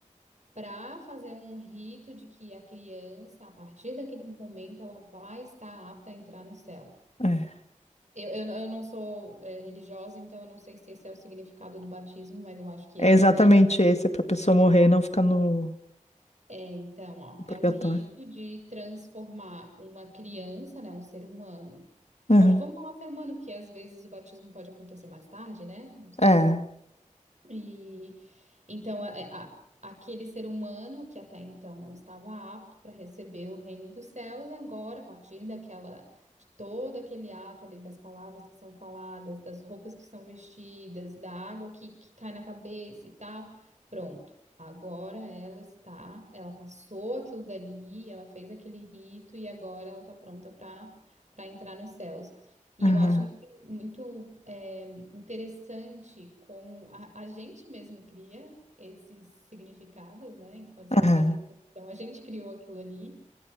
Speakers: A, on the right; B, on the left.
A: para fazer um rito de que a criança, a partir daquele momento, ela vai estar apta a entrar no céu.
B: É,
A: Eu, eu, eu não sou, é, religiosa, então eu não sei se esse é o significado do batismo, mas eu acho que
B: É
A: é,
B: exatamente
A: né?
B: esse, para a pessoa morrer e não ficar no
A: É, então, ó,
B: no purgatório.
A: é um rito de transformar uma criança, né, um ser humano.
B: Aham,
A: Bo- Vamos falar ser humano, porque às vezes o batismo pode acontecer mais tarde, né? Não sei.
B: É,
A: E então a- a- aquele ser humano que até então não estava apto para receber o reino dos céus, agora, a partir daquela de todo aquele ato ali das palavras que são faladas, das roupas que são vestidas, da água que, que cai na cabeça e tal, pronto. Agora ela está, ela passou aquilo dali, ela fez aquele rito e agora ela está pronta para para entrar nos céus. E
B: aham,
A: eu acho muito, muito, eh, interessante como a, a gente mesmo cria esses significados, né, enquanto sociedade.
B: aham,
A: Então, a gente criou aquilo ali,